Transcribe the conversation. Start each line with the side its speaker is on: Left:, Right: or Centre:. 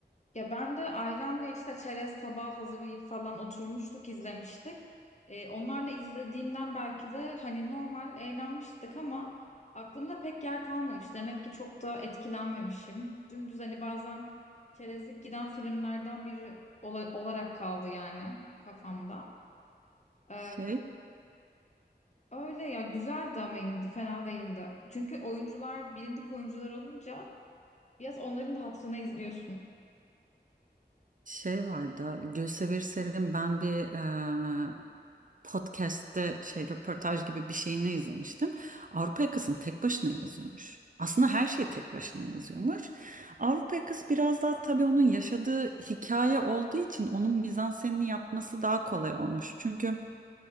Left: Ya ben de ailemle işte çerez tabağı hazırlayıp falan oturmuştuk, izlemiştik. E, onlarla izlediğimden belki de hani normal eğlenmiştik ama aklımda pek yer kalmamış. Demek ki çok da etkilenmemişim. Dümdüz hani bazen çerezlik giden filmlerden biri ola- olarak kaldı yani kafamda. Ee,
Right: Şey
Left: öyle ya güzeldi ama yine de fena değildi. Çünkü oyuncular bilindik oyuncular olunca Biraz onların da hatırına izliyorsun.
Right: Şey vardı, Gülsever Sel'in ben bir e, podcast'te şey röportaj gibi bir şeyini izlemiştim. Avrupa Yakası'nı tek başına yazıyormuş. Aslında her şeyi tek başına yazıyormuş. Avrupa Yakası biraz daha tabii onun yaşadığı hikaye olduğu için onun mizansenini yapması daha kolay olmuş. Çünkü